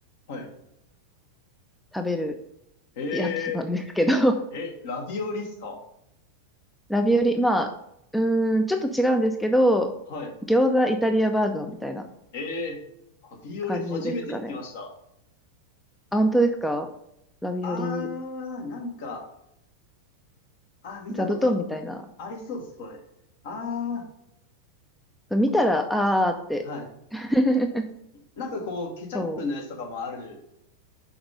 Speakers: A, on the left; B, in the centre.
A: はい。
B: 食べる
A: え
B: やつなんですけど
A: ー、え、ラビオリっすか
B: ラビオリ、まあ、うーん、ちょっと違うんですけど、
A: はい。
B: 餃子イタリアバージョンみたいな
A: えー、ラビオリ初めて聞きました。
B: 感じですかね。あ、本当ですかラビオリ、
A: あー、なんか、あ、見たこと
B: 座布団みたいな。
A: ありそうです、これ。あ
B: 見たら、あーって。
A: あ、はい。
B: <laughs>
A: なんかこう、ケチャップのやつとかもある
B: そう。